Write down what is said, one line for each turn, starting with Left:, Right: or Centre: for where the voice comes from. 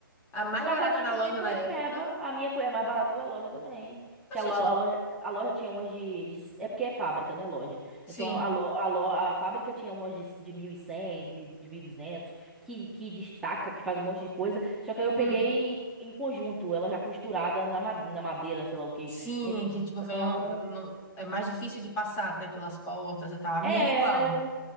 Left: a mais
Centre: Mas
Left: barata
Centre: a minha
Left: da
Centre: também
Left: loja
Centre: foi
Left: na época.
Centre: peba. A minha foi a mais barata da loja também.
Left: Mas,
Centre: Que a,
Left: gente,
Centre: lo- a loja, a loja tinha umas de, de- É porque é fábrica, não é loja.
Left: sim,
Centre: Então a, lo, a, lo- a fábrica tinha umas de, de 1.100, de, mil de 1.200 que, que destaca, que faz um monte de coisa. Só que aí eu peguei
Left: hum,
Centre: em conjunto, ela já costurada na, ma- na madeira, sei lá o quê.
Left: sim, que tipo, vem,
Centre: Então.
Left: um- no- é mais difícil de passar até pelas portas e tal. A
Centre: É,
Left: minha é igual.
Centre: mas.